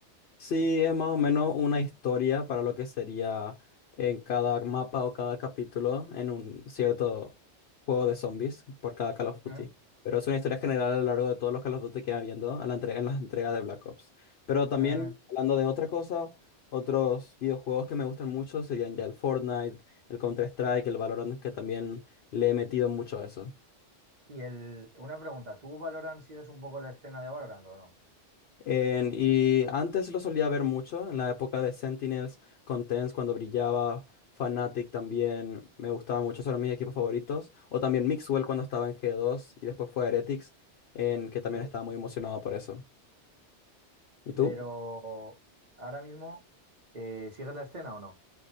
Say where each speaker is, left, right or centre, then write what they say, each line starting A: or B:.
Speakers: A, on the left; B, on the right.
A: Sí, es más o menos una historia para lo que sería en cada mapa o cada capítulo en un cierto juego de zombies por cada Call of Duty.
B: ¿Mm?
A: Pero es una historia general a lo largo de todos los Call of Duty que van viendo a la entre- en las entregas de Black Ops. Pero también,
B: Ah,
A: hablando de otra cosa, otros videojuegos que me gustan mucho serían ya el Fortnite, el Counter-Strike, el Valorant, que también le he metido mucho a eso.
B: y el, una pregunta, ¿tú Valorant sigues un poco la escena de Valorant o no?
A: En- y antes lo solía ver mucho, en la época de Sentinels, con cuando brillaba, Fnatic también me gustaba mucho, son mis equipos favoritos. O también Mixwell cuando estaba en G2 y después fue a Heretics, en que también
B: Sí.
A: estaba muy emocionado por eso. ¿Y tú?
B: Pero ahora mismo, eh, ¿sigues la escena o no?